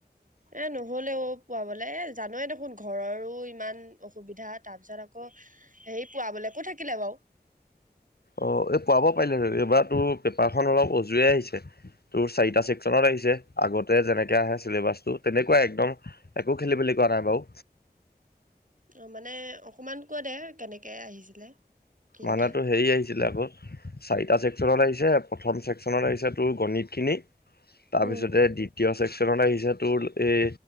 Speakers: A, on the right (about 50°); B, on the left (about 65°).
A: এ নহ'লে অ' পোৱাবলে। এ জানৱে দেখোন, ঘৰৰো ইমান অসুবিধা, তাৰ পিছত আক' হেৰি পোৱাবলৈকো থাকিলে বাৰু।
B: অ' এই পোৱাব পাৰিলে হয়। এইবাৰ তোৰ পেপাৰখন অলপ অজুৱে আহিছে। তোৰ চাৰিটা ছেক্সনত আহিছে। আগতে যেনেকে আহে ছিলেবাছটো, তেনেকুৱাই একদম একো খেলিমেলি কৰা নাই বাও।
A: অ' মানে অকমান কৈ দে, কেনেকে আহিছিলে। কি
B: মানে
A: কথা
B: তোৰ হেৰি আহিছিলে আক' চাৰিটা ছেক্সনত আহিছে, প্ৰথম ছেক্সনত আহিছে তোৰ গণিতখিনি, তাৰপিছতে
A: উম
B: দ্বি তীয় ছেক্সনত আহিছে তোৰ এই